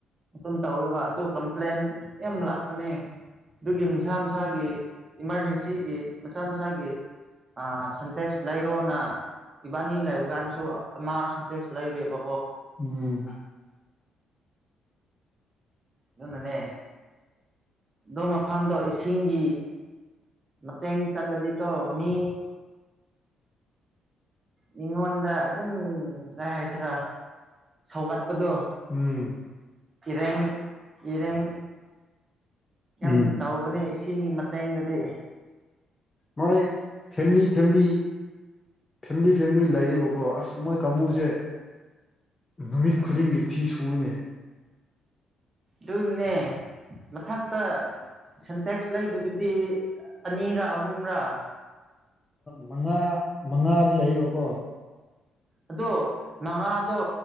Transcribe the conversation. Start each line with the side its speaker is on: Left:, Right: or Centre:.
Right: ꯑꯗꯨꯝ ꯇꯧꯔꯤꯕ ꯑꯗꯨ ꯀꯝꯄ꯭ꯂꯦꯟ ꯌꯥꯝ ꯂꯥꯛꯄꯅꯦ ꯑꯗꯨꯒꯤ ꯃꯁꯥ ꯃꯁꯥꯒꯤ ꯏꯃꯥꯔꯖꯦꯟꯁꯤꯒꯤ ꯃꯁꯥ ꯃꯁꯥꯒꯤ ꯑꯥ ꯁꯦꯟꯇꯦꯛꯁ ꯂꯩꯔꯣꯅ ꯏꯕꯥꯅꯤ ꯂꯩꯕ ꯀꯥꯟꯗꯁꯨ ꯑꯃ ꯁꯟꯇꯦꯛꯁ ꯂꯩꯔꯦꯕ
Left: ꯎꯝ
Right: ꯑꯗꯨꯅꯅꯦ ꯑꯗꯨ ꯃꯐꯝꯗꯣ ꯏꯁꯤꯡꯒꯤ ꯃꯇꯦꯡ ꯆꯠꯂꯗꯤꯀꯣ ꯃꯤ ꯃꯤꯉꯣꯟꯗ ꯑꯗꯨꯝ ꯀꯩ ꯍꯥꯏꯁꯤꯔꯥ ꯁꯧꯒꯠꯄꯗꯣ
Left: ꯎꯝ
Right: ꯏꯔꯦꯡ ꯏꯔꯦꯡ ꯌꯥꯝ
Left: ꯎꯝ
Right: ꯇꯧꯕꯅꯦ ꯏꯁꯤꯡꯒꯤ ꯃꯇꯦꯡꯗꯗꯤ
Left: ꯃꯣꯏ ꯐꯦꯃꯤꯂꯤ ꯐꯦꯃꯤꯂꯤ ꯐꯦꯃꯤꯂꯤ ꯐꯦꯃꯤꯂꯤ ꯂꯩꯌꯦꯕꯀꯣ ꯑꯁ ꯃꯣꯏ ꯀꯥꯡꯕꯨꯁꯦ ꯅꯨꯃꯤꯠ
Right: ꯎꯝ
Left: ꯈꯨꯗꯤꯡꯒꯤ ꯐꯤ ꯁꯨꯑꯦꯅꯦ
Right: ꯗꯨꯅꯦ ꯃꯊꯛꯇ ꯁꯦꯟꯇꯦꯛꯁ ꯂꯩꯕꯗꯨꯗꯤ ꯑꯅꯤꯔ ꯑꯍꯨꯝꯔ
Left: ꯃꯉꯥ ꯃꯉꯥꯗꯤ ꯂꯩꯕꯀꯣ
Right: ꯑꯗꯣ ꯃꯉꯥꯗꯣ